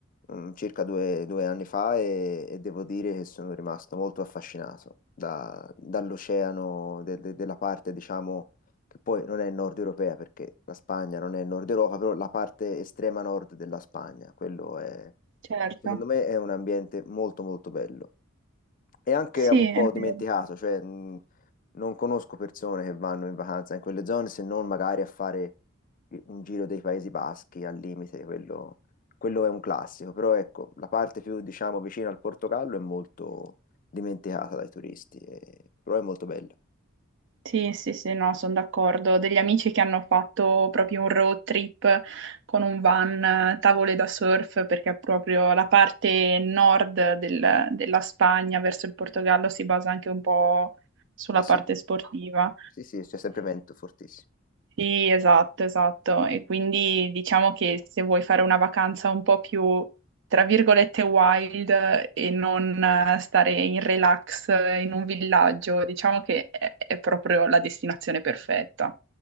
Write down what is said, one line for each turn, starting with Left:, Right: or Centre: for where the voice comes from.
Left: mm, circa due, due anni fa e, e devo dire che sono rimasto molto affascinato da- dall'oceano, de- de- della parte, diciamo, che poi non è nord europea perché la Spagna non è nord Europa, però la parte estrema nord della Spagna, quello è,
Right: certo.
Left: secondo me, è un ambiente molto molto bello è anche
Right: Sì,
Left: un
Right: è
Left: po' dimenticato,
Right: vero.
Left: cioè mh, non conosco persone che vanno in vacanza in quelle zone se non magari a fare un giro dei Paesi Baschi al limite, quello, quello è un classico, però ecco, la parte più diciamo vicina al Portogallo è molto dimenticata dai turisti, e- però è molto bella.
Right: Sì, sì, sì, no, sono d'accordo. Ho Degli amici che hanno fatto proprio un road trip con un van, eh, tavole da surf, perché proprio la parte nord del- della Spagna verso il Portogallo si basa anche un po' sulla
Left: Ah sì,
Right: parte sportiva.
Left: sì, sì, c'è sempre vento fortissimo.
Right: Sì, esatto, esatto. E quindi diciamo che se vuoi fare una vacanza un po' più, tra virgolette, wild eh, e non eh, stare in relax eh, in un villaggio, diciamo che è, è proprio la destinazione perfetta.